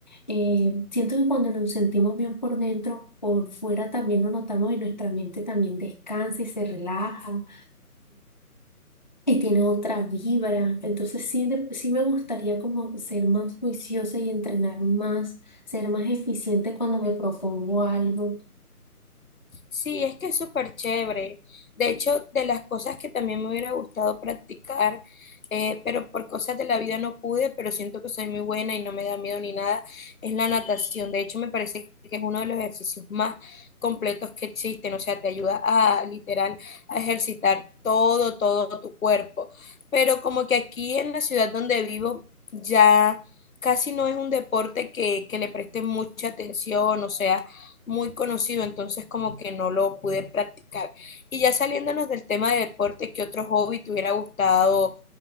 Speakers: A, on the left (about 30°); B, on the left (about 60°).
A: Eh, siento que cuando nos sentimos bien por dentro, por fuera también lo notamos y nuestra mente también descansa y se relaja y tiene otra vibra. Entonces sí, de- sí me gustaría como ser más juiciosa y entrenar más, ser más eficiente cuando me propongo algo.
B: Sí, es que es súper chévere. De hecho, de las cosas que también me hubiera gustado practicar, eh, pero por cosas de la vida no pude, pero siento que soy muy buena y no me da miedo ni nada, es la natación. De hecho, me parece que es uno de los ejercicios más completos que existen. O sea, te ayuda a literal a ejercitar todo, todo tu cuerpo. Pero como que aquí en la ciudad donde vivo ya... Casi no es un deporte que, que le preste mucha atención, o sea, muy conocido, entonces como que no lo pude practicar. Y ya saliéndonos del tema de deporte, ¿qué otro hobby te hubiera gustado